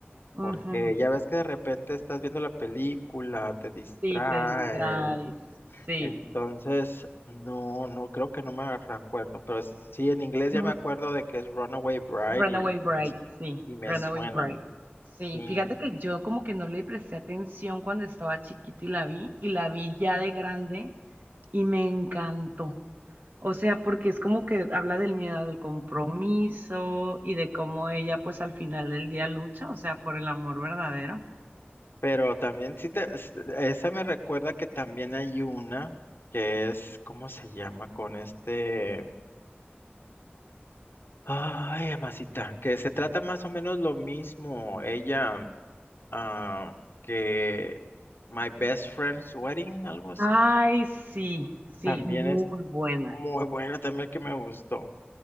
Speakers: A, on the right (about 50°); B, on the left (about 65°).
A: Ujú.
B: Porque ya ves que de repente estás viendo la película, te distrae.
A: Sí, te distraes. Sí.
B: Entonces, no, no creo que no me acuerdo, pero sí en inglés
A: Yo-
B: ya me acuerdo de que es Runaway Bride
A: Runaway
B: y
A: Bride,
B: me, su-
A: sí.
B: y me
A: Runaway
B: suena.
A: Bride. Sí,
B: Sí,
A: fíjate que yo como que no le presté atención cuando estaba chiquita y la vi, y la vi ya de grande y me encantó. O sea, porque es como que habla del miedo al compromiso y de cómo ella pues al final del día lucha, o sea, por el amor verdadero.
B: pero también sí te, es- esa me recuerda que también hay una que es, ¿cómo se llama? Con este, ay, amasita, que se trata más o menos lo mismo. Ella ah, que My Best Friend's Wedding, algo así.
A: Ay, sí, sí,
B: También
A: muy
B: es
A: buena.
B: muy buena, también que me gustó.